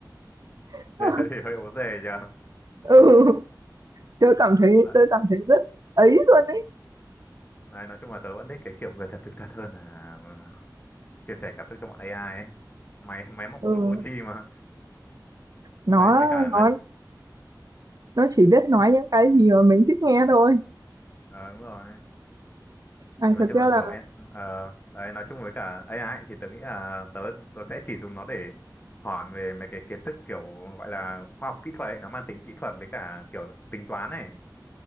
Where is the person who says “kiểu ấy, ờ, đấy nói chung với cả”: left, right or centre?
Left